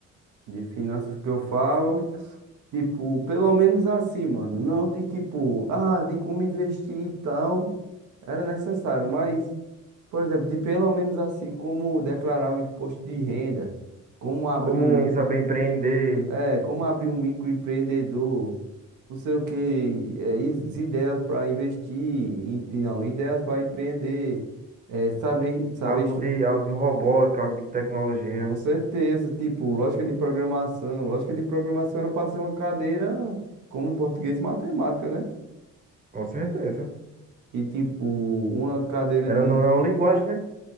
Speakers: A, on the right; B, on the right.
A: de finanças que eu falo, tipo, pelo menos assim, mano, não de tipo, ah, de como investir e tal, era necessário, mas, por exemplo, de pelo menos assim, como declarar um imposto de renda, como abrir
B: Como
A: um,
B: em saber empreender,
A: é, como abrir um microempreendedor, não sei o que, é, is- ideias para investir, e, e não, ideias para empreender, é, saber, saber
B: algo de, algo de robótica, algo de tecnologia,
A: Com certeza, tipo, lógica de programação. Lógica de programação era para ser uma cadeira como português e matemática, né?
B: com certeza.
A: E tipo, uma cadeira
B: Era
A: de.
B: não, não é uma linguagem, né?